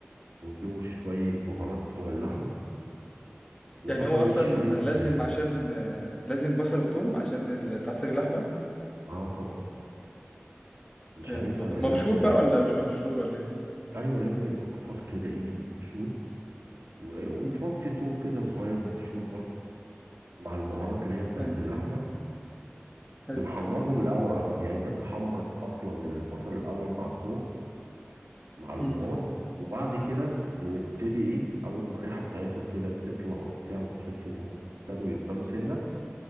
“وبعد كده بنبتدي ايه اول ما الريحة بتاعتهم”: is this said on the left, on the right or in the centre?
Right